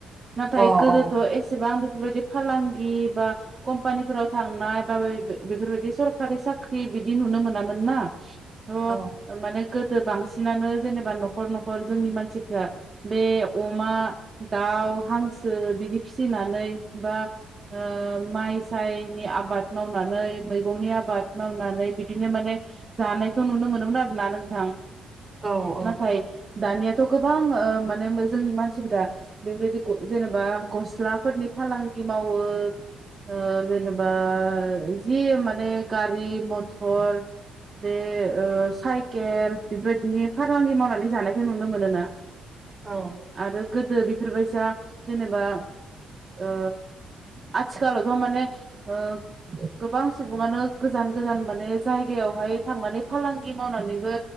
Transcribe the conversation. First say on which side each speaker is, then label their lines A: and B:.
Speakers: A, on the right (about 35°); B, on the right (about 15°).
A: नाथाय
B: अ
A: गोदोथ
B: अ
A: एसेबां बेफोरबायदि फालांगि बा खम कपानिफोराव थांनाय बा बे बेफोरबायदि सरकारि साख्रि बिदि नुनो मोनामोन ना अ‌
B: औ
A: माने गोदो बांसिन बांसिनानो जेनेबा नखर-नखर जोंनि मानसिफ्रा बे अमा दाउ हांसो बिदि फिसिनानै बा ओ माइ सायनि आबाद मावनानै मैगंनि आबाद मावनानै बिदिनो माने जानायखौ नुनो मोनोमोन आरोना नोंथां
B: औ औ
A: नाथाय दानियाथ ओ गोबां माने जोंनि मानसिफ्रा बेफोरदि ग जेनेबा गस्लाफोरनि फालांगि मावो ओ‌ जेनेबा जि माने गारि मथर बे ओ साइकेल बेफोरबायदिनि फालांगि मावनानै जानायखौ नुनो मोनोना
B: औ
A: आरो गोदो बेफोरबायसा जेनेबा ओ आथिखालावथ माने ओ‌ गोबां सुबुंङानो गोजान-गोजान माने जायगा जायगायावहाय थांनानै फालांगि मावनानैबो